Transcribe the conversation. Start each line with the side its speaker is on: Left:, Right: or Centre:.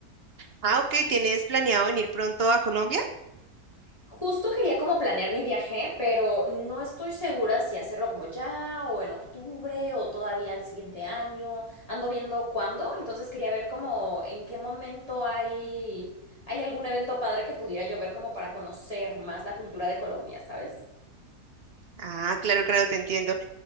Right: Ah, ok, ¿tienes planeado venir pronto a Colombia?
Left: Justo quería como planear mi viaje, pero no estoy segura si hacerlo como ya o en octubre o todavía al siguiente año. Ando viendo cuándo, entonces quería ver como en qué momento hay hay algún evento padre que pudiera yo ver como para conocer más la cultura de Colombia, ¿sabes?
Right: Ah, claro, claro, te entiendo.